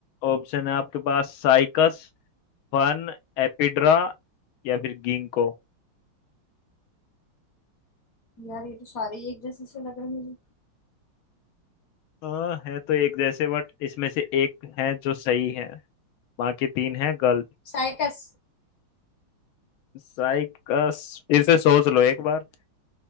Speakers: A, on the left; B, on the left.
A: ऑप्शन है आपके पास साइकस फन एपिड्रा या फिर गिंको
B: यार ये तो सारे ही एक जैसे से लग रहे हैं मुझे
A: हाँ है तो एक जैसे बट इसमें से एक है जो सही है बाकी तीन है गलत
B: साइकस
A: साइकस फिर से सोच लो एक बार